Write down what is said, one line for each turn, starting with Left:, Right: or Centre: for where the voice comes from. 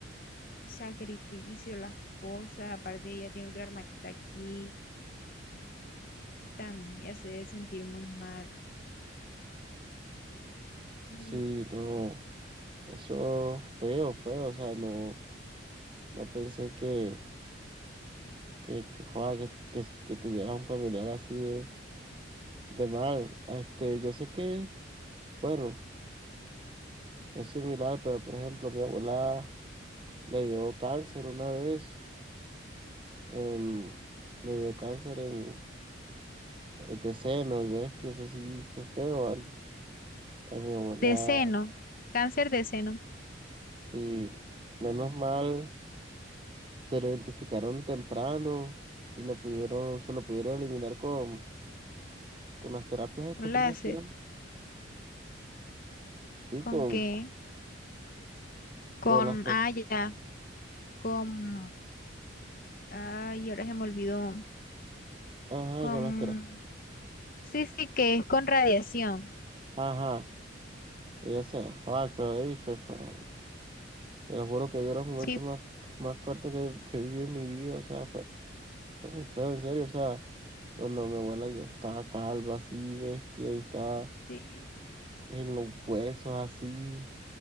Left: sacrificio, las cosas, aparte ella tiene otra hermanita aquí, también ella se debe sentir muy mal. Y
Right: Sí, no, eso feo, feo, o sea, no. No pensé que, que, que, joda, que, que, que tuvieras un familiar así de, de mal. Este, yo sé que, bueno, es similar, pero por ejemplo, mi abuela le dio cáncer una vez, em, le dio cáncer en, eh, de seno y bestia, eso sí fue feo, ¿vale? A mi abuela,
Left: De seno, cáncer de seno,
Right: y menos mal, se lo identificaron temprano y le pudieron, se lo pudieron eliminar con, con las terapias estas,
Left: un
Right: ¿cómo
Left: láser,
Right: se llama? Sí,
Left: ¿con
Right: con,
Left: qué? Con,
Right: con las terapias.
Left: ah, ya, con, ay, ahora se me olvidó.
Right: Ajá,
Left: Con...
Right: con las telas.
Left: Sí, sí, que es con radiación.
Right: Ajá, ella se ah, pero ahí fue, fue- te lo juro que de los momentos
Left: Sí,
Right: más, más fuertes que, que viví en mi vida, o sea, fue, fue muy feo, en serio, o sea, cuando mi abuela ya estaba calva, así, bestia, y estaba
Left: sí,
Right: en los huesos, así,